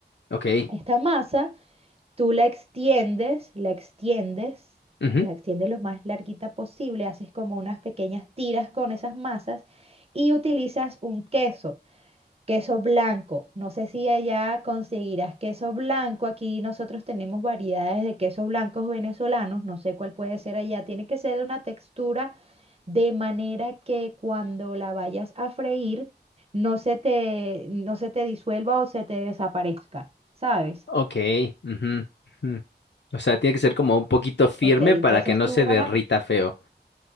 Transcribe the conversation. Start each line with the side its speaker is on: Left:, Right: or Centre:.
Left: Ok.
Right: Esta masa tú la extiendes, la extiendes,
Left: ujú,
Right: la extiendes lo más larguita posible, haces como unas pequeñas tiras con esas masas y utilizas un queso. Queso blanco. No sé si allá conseguirás queso blanco. Aquí nosotros tenemos variedades de quesos blancos venezolanos. No sé cuál puede ser allá. Tiene que ser de una textura de manera que cuando la vayas a freír no se te, no se te disuelva o se te desaparezca, ¿sabes?
Left: Ok. ujú, ujú. O sea, tiene que ser como un poquito firme
Right: Ok, entonces
Left: para que no
Right: tú
Left: se derrita
Right: vas a...
Left: feo.